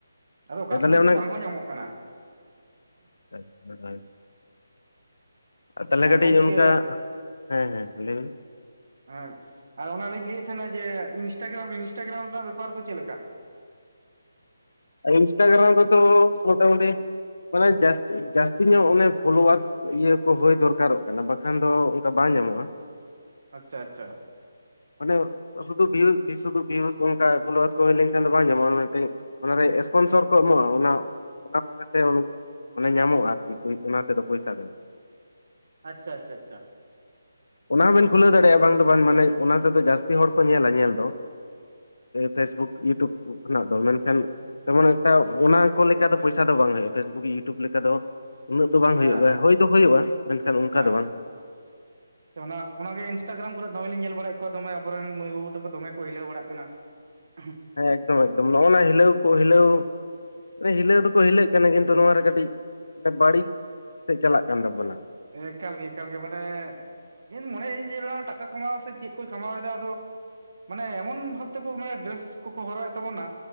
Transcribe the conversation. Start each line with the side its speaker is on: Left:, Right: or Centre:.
Right: ᱟᱫᱚ ᱚᱠᱟ
Left: ᱮᱫᱟ
Right: ᱥᱚᱢᱚᱭ
Left: ᱛᱟᱦᱚᱞᱮ
Right: ᱫᱚ
Left: ᱚᱱᱟ
Right: ᱵᱟᱝ ᱦᱚᱸ ᱧᱟᱢᱚᱜ ᱠᱟᱱᱟ
Left: ᱦᱮᱸ ᱦᱟᱭ ᱛᱟᱦᱚᱞᱮ
Right: ᱟᱨ
Left: ᱠᱟᱹᱴᱤᱡ
Right: ᱜᱚᱝᱠᱮ
Left: ᱚᱱᱠᱟ ᱦᱮᱸ ᱦᱮᱸ ᱞᱟᱹᱭᱵᱮᱱ
Right: ᱦᱮᱸ ᱟᱨ ᱚᱱᱟᱞᱤᱧ ᱞᱟᱹᱭᱮᱫ ᱛᱟᱦᱮᱸᱱᱟ ᱡᱮ ᱤᱱᱥᱴᱟᱜᱨᱟᱢ ᱤᱱᱥᱴᱟᱜᱨᱟᱢ ᱴᱟᱜ ᱵᱮᱯᱟᱨ ᱫᱚ ᱪᱮᱫ ᱞᱮᱠᱟ?
Left: ᱤᱱᱥᱴᱟᱜᱨᱟᱢ ᱨᱮᱫᱚ ᱢᱚᱴᱟᱢᱩᱴᱤ ᱢᱟᱱᱮ ᱡᱟᱹᱥᱛᱤ ᱡᱟᱹᱥᱛᱤ ᱧᱚᱜ ᱚᱱᱮ ᱯᱷᱚᱞᱳᱣᱟᱨᱥ ᱤᱭᱟᱹ ᱠᱚ ᱦᱩᱭ ᱫᱚᱨᱠᱟᱨᱚᱜ ᱠᱟᱱᱟ ᱵᱟᱠᱷᱟᱱ ᱫᱚ ᱚᱝᱠᱟ ᱵᱟᱝ ᱧᱟᱢᱚᱜᱼᱟ ᱾
Right: ᱟᱪᱪᱷᱟ ᱟᱪᱪᱷᱟ
Left: ᱢᱟᱱᱮ ᱥᱩᱫᱩ ᱵᱤᱭᱩᱥ ᱵᱤᱥᱩᱫᱩ ᱵᱷᱤᱭᱩᱥ ᱚᱝᱠᱟ ᱯᱷᱞᱚᱣᱟᱨᱥ ᱠᱚ ᱦᱩᱭ ᱞᱮᱱᱠᱷᱟᱱ ᱫᱚ ᱵᱟᱝ ᱧᱟᱢᱚᱜᱼᱟ ᱢᱟᱱᱮ ᱢᱤᱫᱴᱟᱝ ᱚᱱᱟᱨᱮ ᱥᱯᱚᱱᱥᱚᱨ ᱠᱚ ᱮᱢᱚᱜᱼᱟ ᱚᱱᱟ ᱚᱱᱟ ᱵᱟᱨᱮ ᱛᱮ ᱚᱱᱚ ᱚᱱᱟ ᱧᱟᱢᱚᱜᱼᱟ ᱟᱨᱠᱤ ᱯᱚᱭ ᱚᱱᱟ ᱛᱮᱫᱚ ᱯᱚᱭᱥᱟ ᱫᱚ
Right: ᱟᱪᱪᱷᱟ ᱟᱪᱪᱷᱟ ᱟᱪᱪᱷᱟ
Left: ᱚᱱᱟ ᱦᱚᱸᱵᱮᱱ ᱠᱷᱩᱞᱟᱹᱣ ᱫᱟᱲᱮᱭᱟᱜᱼᱟ ᱵᱟᱝ ᱫᱚ ᱵᱟᱝ ᱢᱟᱱᱮ ᱚᱱᱟ ᱛᱮ ᱫᱚ ᱡᱟᱹᱥᱛᱤ ᱦᱚᱲ ᱠᱚ ᱧᱮᱞᱟ ᱧᱮᱞ ᱫᱚ ᱯᱷᱮᱥᱵᱩᱠ ᱤᱭᱩᱴᱩᱵᱽ ᱠᱷᱚᱱᱟᱜ ᱫᱚ ᱢᱮᱱᱠᱷᱟᱱ ᱡᱮᱢᱚᱱ ᱮᱠᱴᱟ ᱚᱱᱟ ᱠᱚ ᱞᱮᱠᱟ ᱫᱚ ᱯᱚᱭᱥᱟ ᱫᱚ ᱵᱟᱝ ᱦᱩᱭᱩᱜᱼᱟ ᱯᱷᱮᱥᱵᱩᱠ ᱤᱭᱩᱴᱩᱵᱽ ᱞᱮᱠᱟ ᱫᱚ ᱩᱱᱟᱹᱜ ᱫᱚ ᱵᱟᱝ
Right: ᱦᱮᱸ
Left: ᱦᱩᱭᱩᱜ ᱜᱮ
Right: ᱦᱮᱸ
Left: ᱦᱳᱭ ᱫᱚ ᱦᱩᱭᱩᱜᱼᱟ ᱢᱮᱱᱠᱷᱟᱱ ᱚᱱᱠᱟ
Right: ᱦᱮᱸ
Left: ᱫᱚ ᱵᱟᱝ
Right: <inaudible> ᱚᱱᱟ ᱚᱱᱟᱜᱮ ᱤᱱᱥᱴᱟᱜᱨᱟᱢ ᱠᱚᱨᱮ ᱫᱚᱢᱮ ᱞᱤᱧ ᱧᱮᱞ ᱵᱟᱲᱟᱭᱮᱫ ᱠᱚᱣᱟ ᱫᱚᱢᱮ ᱟᱵᱚᱨᱮᱱ ᱢᱟᱹᱭ ᱵᱟᱹᱵᱩ ᱛᱟᱠᱚ ᱫᱚᱢᱮ ᱠᱚ ᱦᱤᱞᱟᱹᱣ ᱵᱟᱲᱟᱜ ᱠᱟᱱᱟ ᱦᱮᱸ
Left: ᱦᱮᱸ ᱮᱠᱫᱚᱢ ᱮᱠᱫᱚᱢ ᱱᱚᱜᱼᱱᱟ ᱦᱤᱞᱟᱹᱣ ᱠᱚ ᱦᱤᱞᱟᱹᱣ ᱢᱟᱱᱮ ᱦᱤᱞᱟᱹᱣ ᱫᱚ ᱠᱚ ᱦᱤᱞᱟᱹᱜ ᱠᱟᱱᱟ ᱠᱤᱱᱛᱩ ᱱᱚᱣᱟ ᱨᱮ ᱠᱟᱹᱴᱤᱡ ᱵᱟᱹᱲᱤᱡ ᱥᱮᱫ ᱪᱟᱞᱟᱜ ᱠᱟᱱ ᱛᱟᱵᱚᱱᱟ
Right: ᱮᱠᱟᱞ ᱜᱮ ᱮᱠᱟᱞ ᱜᱮ ᱢᱟᱱᱮ ᱤᱧ ᱢᱚᱱᱮᱭᱟᱹᱧ ᱡᱮ ᱴᱟᱠᱟ ᱠᱟᱢᱟᱣ ᱥᱮ ᱪᱮᱫ ᱠᱚᱭ ᱠᱟᱢᱟᱣ ᱮᱫᱟ ᱟᱫᱚ ᱢᱟᱱᱮ ᱮᱢᱚᱱ ᱵᱷᱟᱵ ᱛᱮᱠᱚ ᱢᱟᱱᱮ ᱰᱨᱮᱥ ᱠᱚ ᱠᱚ ᱦᱚᱨᱚᱜᱮᱫ ᱛᱟᱵᱚᱱᱟ